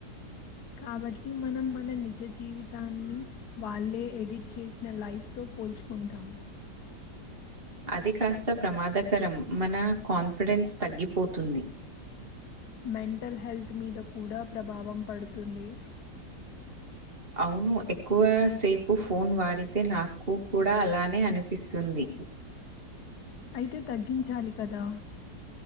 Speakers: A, on the left; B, on the right.
A: కాబట్టి మనం మన నిజ జీవితాన్ని వాళ్ళే ఎడిట్ చేసిన లైఫ్ తో పోల్చుకుంటాము
B: అది కాస్త ప్రమాదకరం మన కాన్ఫిడెన్స్ తగ్గిపోతుంది
A: మెంటల్ హెల్త్ మీద కూడా ప్రభావం పడుతుంది
B: అవును ఎక్కువ సేపు ఫోన్ వాడితే నాకు కూడా అలానే అని పిస్తుంది
A: అయితే తగ్గించాలి కదా